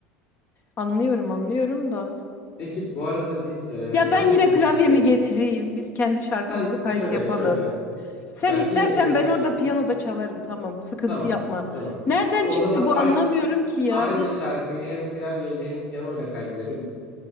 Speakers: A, on the left; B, on the left.
A: Anlıyorum, anlıyorum da.
B: Peki bu arada biz e,
A: Ya
B: kaç
A: ben yine
B: gün
A: klavyemi
B: sürecek?
A: getireyim. Biz kendi şarkımızı
B: Sen
A: kayıt
B: şöyle
A: yapalım.
B: şöyle
A: Sen
B: bak
A: istersen
B: yine getir.
A: ben orada piyanoda çalarım. Tamam, sıkıntı
B: Tamam.
A: yapma.
B: Tamam.
A: Nereden
B: O
A: çıktı
B: zaman
A: bu
B: aynı,
A: anlamıyorum ki ya.
B: aynı
A: Biz
B: şarkıyı hem klavyeyle hem piyanoyla kaydedelim.